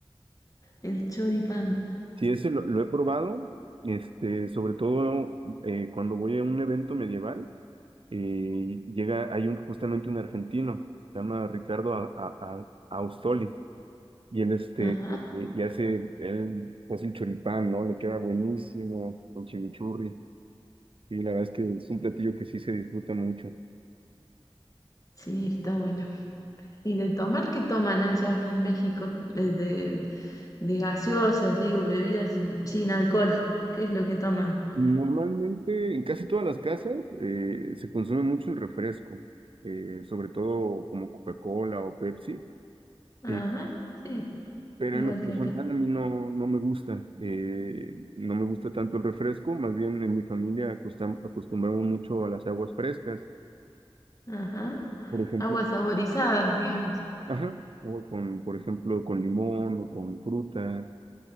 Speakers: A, on the left (about 35°); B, on the right (about 65°).
A: el choripán.
B: sí, ese lo, lo he probado, este, sobre todo eh, cuando voy a un evento medieval, eh, llega, hay un, justamente un argentino, se llama Ricardo A- A- A- Austoli. Y él, este,
A: Ajá.
B: y hace, él hace el choripán, ¿no? Le queda buenísimo con chimichurri. Y la verdad es que es un platillo que sí se disfruta mucho.
A: Sí, está bueno. ¿Y de tomar qué toman allá en México? Eh, De, de gaseosas, digo, bebidas mm, sin alcohol. ¿Qué es lo que toman?
B: Normalmente, en casi todas las casas, eh, se consume mucho el refresco, eh, sobre todo como Coca-Cola o Pepsi.
A: Ajá,
B: eh,
A: sí,
B: pero
A: igual
B: en lo personal
A: que acá.
B: a mí no, no me gusta, eh, no me gusta tanto el refresco, más bien en mi familia acostam- acostumbramos mucho a las aguas frescas.
A: Ajá.
B: Por ejemplo,
A: Aguas saborizadas, digamos.
B: Ajá, o con, por ejemplo, con limón o con frutas,